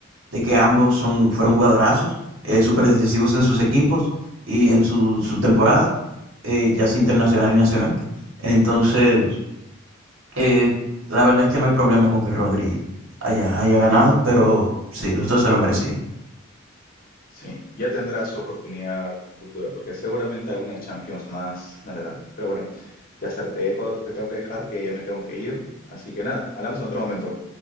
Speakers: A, on the right; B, on the left.
A: de que ambos son, fueron jugadorazos, eh, súper decisivos en sus equipos y en su, su temporada, eh, ya sea internacional y nacional. Entonces Eh, la verdad es que no hay problema con que Rodri haya, haya ganado, pero sí, los dos se lo merecían.
B: Sí, ya tendrá su oportunidad futura, porque seguramente alguna Champions más ganarán. Pero bueno, ya ser te te tengo que dejar que ya me tengo que ir. Así que nada, hablamos en otro momento.